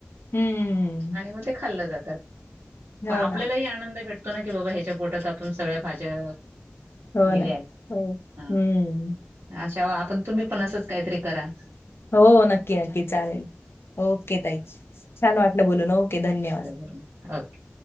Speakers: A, on the left; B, on the right.
A: हम्म.
B: <inaudible> आणि मग ते खाल्लं जातात.
A: हो
B: म आपल्यालाही
A: ना.
B: आनंद भेटतो ना की बाबा ह्याच्या पोटात आपण सगळ्या भाज्या
A: हो
B: दिल्या
A: ना.
B: आहेत
A: हो. हम्म.
B: ह <inaudible> अशा वा आपण तुम्ही पण असंच काहीतरी करा.
A: हो नक्की नक्की चालेल ओके ताई छान वाटलं बोलून ओके
B: छान
A: धन्यवाद.
B: वाटलं <unintelligible>